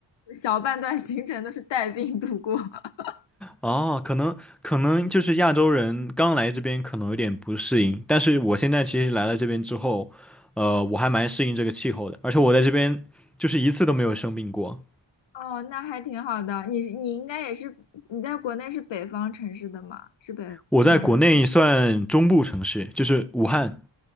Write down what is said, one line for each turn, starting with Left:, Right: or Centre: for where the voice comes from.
Left: 小半段行程都是带病度过。<laughs>
Centre: 哦，可能可能就是亚洲人刚来这边可能有点不适应，但是我现在其实来了这边之后，呃，我还蛮适应这个气候的，而且我在这边就是一次都没有生病过。
Left: 哦，那还挺好的。你你应该也是你在国内是北方城市的嘛？是北方人吗？
Centre: 我在国内算中部城市，就是武汉，